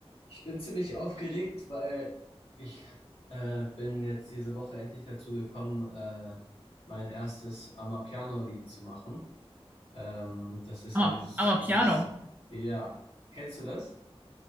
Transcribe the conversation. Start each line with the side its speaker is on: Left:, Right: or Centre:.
Left: Ich bin ziemlich aufgeregt, weil ich äh, bin jetzt diese Woche endlich dazu gekommen, äh, mein erstes Amapiano-Lied zu machen. Ähm, das ist
Right: Aber,
Left: ja dieses,
Right: aber Piano.
Left: dieses, ja, kennst du das?